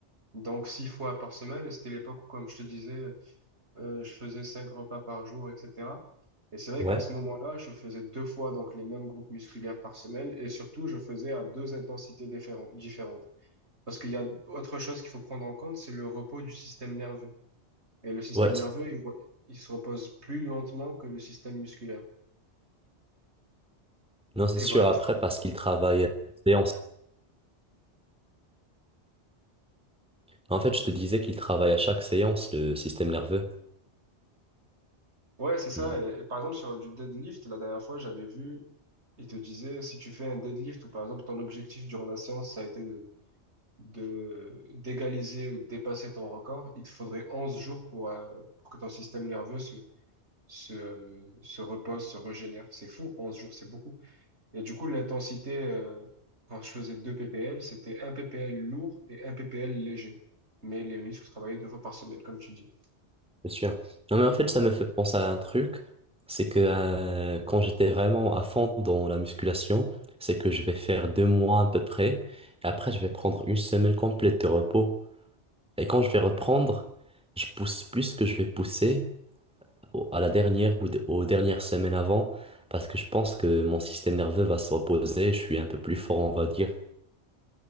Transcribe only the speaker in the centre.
Ouais.
Ouais, c'est-
non, c'est
sûr
après parce qu'il travaille à chaque séance. En fait, je te disais qu'il travaille à chaque séance, le système nerveux.
Hmm.
Bien sûr. Non, mais en fait, ça me fait penser à un truc, c'est que euh, quand j'étais vraiment à fond dans la musculation, c'est que je vais faire deux mois à peu près, et après, je vais prendre une semaine complète de repos. Et quand je vais reprendre, je pousse plus que je vais pousser au- à la dernière ou d- aux dernières semaines avant, parce que je pense que mon système nerveux va se reposer, je suis un peu plus fort, on va dire.